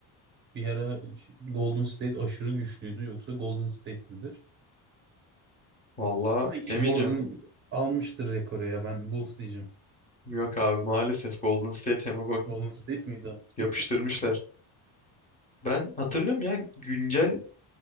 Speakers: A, on the right (about 25°); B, on the left (about 20°).
A: bir ara Golden State aşırı güçlüydü yoksa Golden State midir?
B: Vallahi
A: Sanki
B: bilemeyeceğim.
A: Jordan almıştır rekoru ya ben Bulls diyeceğim.
B: Yok abi maalesef Golden State hem
A: Golden State miydi? o?
B: Yapıştırmışlar. Ben hatırlıyorum ya güncel